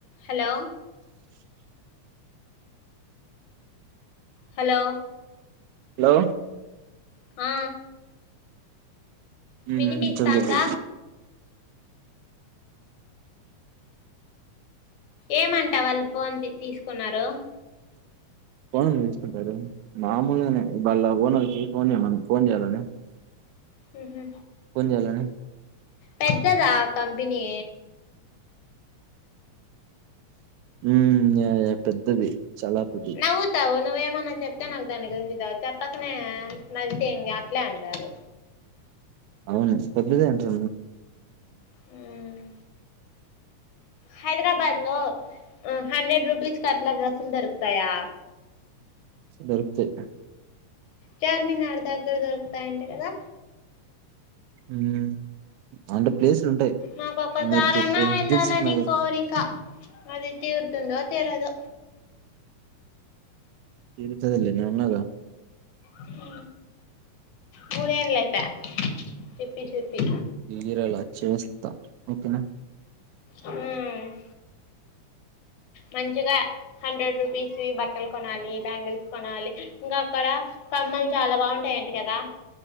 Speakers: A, on the left; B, on the right.
A: Hello hello
B: hello
A: ఆ
B: ఉమ్
A: వినిపిస్తాందా
B: చెప్పు చెప్పు
A: ఏమంటా వాళ్ళు ఫోన్ తీసుకున్నారు
B: ఫోన్ తీసుకుంటారు మామూలుగానే వాళ్ళ ఓనర్కి ఫోన్ చేయమ ఫోన్ చేయాలని
A: ఉహు
B: ఫోన్ చేయాలని
A: పెద్దదా కంపెనీ
B: ఉమ్ యా యా పెద్దది చాలా పెద్ద
A: నవ్వుతావు నువ్వేమన్నా చెప్తే నాకు దాని గురించి చెప్పకనే నవ్వితే ఏం అట్లే అంటారు
B: అవును పెద్దదే ఉంటా
A: ఉమ్ హైదరాబాద్ లో హండ్రెడ్ రూపీస్ కట్లా డ్రస్సులు దొరుకుతాయా
B: దొరుకుతయి
A: చార్ మీనార్ దగ్గర దొరుకుతాయంట కదా
B: ఉమ్ అంటే ప్లేసులు ఉంటాయి
A: నాకు ఒక్కసారన్న
B: ఆ మీరుపేట్టే
A: వెళ్ళాలని
B: దిల్ సుఖ్నగర్
A: కోరిక అది తీరుతుందో తీరదొ
B: తీర్తది లేే నేను ఉన్నగా
A: ఆ మూడేంలయి పాయె చెప్పి చెప్పి
B: ఇగిరాల చేస్త ఓకేనా
A: ఉమ్ మంచిగా హండ్రెడ్ రూపీస్ బట్టలు కొనాలి బ్యాంగిల్స్ కొనాలి ఇంకా అక్కడ కమ్మలు చాలా బాగుంటాయి అంట కదా